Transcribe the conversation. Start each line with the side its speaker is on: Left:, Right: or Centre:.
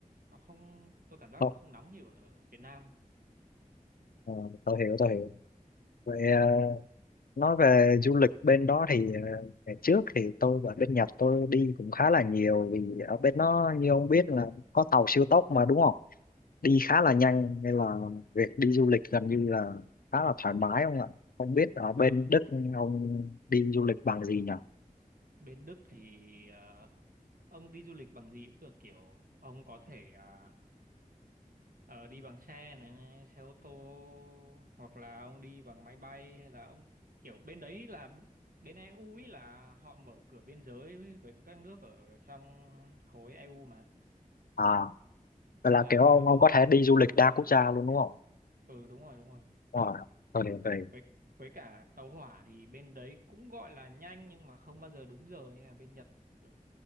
Right: nó không tôi cảm giác
Left: không
Right: nó không nóng nhiều ở Việt Nam
Left: ờ, tôi hiểu tôi hiểu vậy ờ, nói về du lịch bên đó thì ờ, ngày trước thì tôi ở bên Nhật tôi đi cũng khá là nhiều vì ở bên nó như ông biết là có tàu siêu tốc mà đúng không đi khá là nhanh nên là việc đi du lịch gần như là khá là thoải mái không ạ không biết ở bên
Right: à,
Left: Đức ông đi du lịch bằng gì nhỉ
Right: bên Đức thì à, ông đi du lịch bằng gì cũng được kiểu ông có thể à, ờ, đi bằng xe này, này, xe ô tô hoặc là ông đi bằng máy bay hay là ông kiểu bên đấy là bên EU ấy là họ mở cửa biên giới với với các nước ở trong khối EU mà
Left: à vậy
Right: nên
Left: là
Right: là
Left: kiểu ông
Right: ông
Left: ông có thể đi du lịch đa quốc gia luôn đúng không
Right: ừ đúng rồi đúng rồi
Left: Wow, tôi hiểu rồi
Right: với với cả tàu hỏa thì bên đấy cũng gọi là nhanh nhưng mà không bao giờ đúng giờ như là bên Nhật ừ